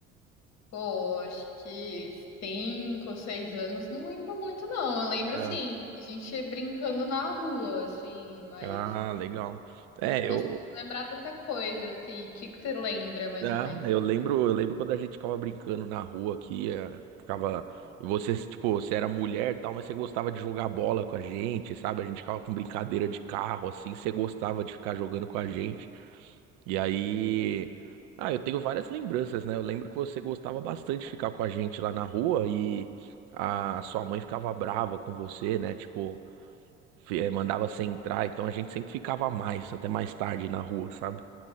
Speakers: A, on the left (about 40°); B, on the right (about 50°).
A: Pô, acho que cinco ou seis anos, não lembro muito, não. Eu lembro,
B: É.
A: assim, a gente brincando na rua, assim, mas
B: Ah, legal. É,
A: não costumo
B: eu,
A: lembrar tanta coisa, assim. O que que você lembra, mais
B: Ah,
A: ou menos?
B: eu lembro, eu lembro quando a gente ficava brincando na rua aqui, eh, ficava, e você, tipo, você era mulher e tal, mas você gostava de jogar bola com a gente, sabe? A gente ficava com brincadeira de carro, assim, você gostava de ficar jogando com a gente. E aí, ah, eu tenho várias lembranças, né? Eu lembro que você gostava bastante de ficar com a gente lá na rua e a sua mãe ficava brava com você, né? Tipo, fi- eh, mandava você entrar, então a gente sempre ficava mais, até mais tarde na rua, sabe?